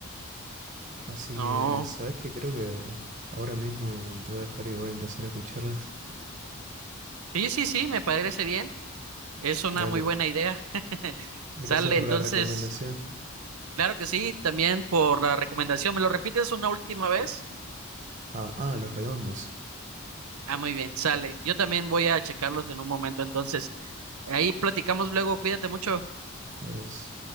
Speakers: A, on the right; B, on the right.
A: Así
B: No,
A: que, ¿sabes que Creo que ahora mismo te voy a dejar y voy a empezar a escucharlas.
B: sí, sí, sí, me parece bien. Es una
A: <laughs> Dale,
B: muy buena idea. <laughs>
A: gracias
B: Sale,
A: por
B: entonces
A: la recomendación.
B: Claro que sí, también por la recomendación. ¿Me lo repites una última vez?
A: Ah, ah, Los Redondos.
B: Ah, muy bien, sale. Yo también voy a checarlos en un momento, entonces. Ahí platicamos luego, cuídate mucho.
A: Adiós.